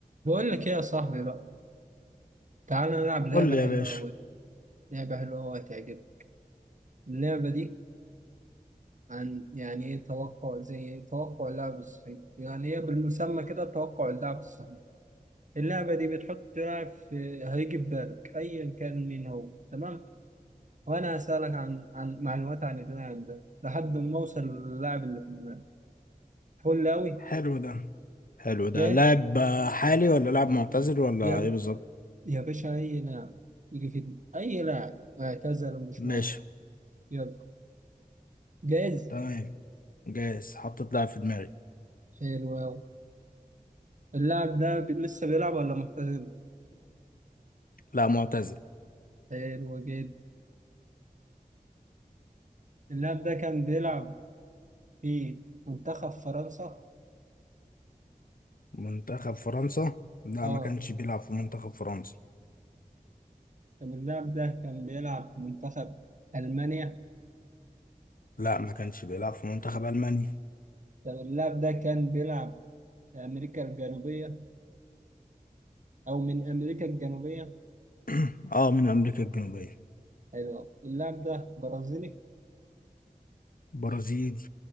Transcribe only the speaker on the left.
قول لي
يا باشا
حلو ده حلو
ده لاعب حالي ولا لاعب معتزل ولا
ايه بالظبط
ماشي
تمام جاهز حطيت لاعب في دماغي
لا معتزل
منتخب فرنسا لا
ما كانش بيلعب في منتخب فرنسا
لا ما كانش بيلعب في منتخب ألمانيا
<clears throat> اه من أمريكا الجنوبية
برازيلي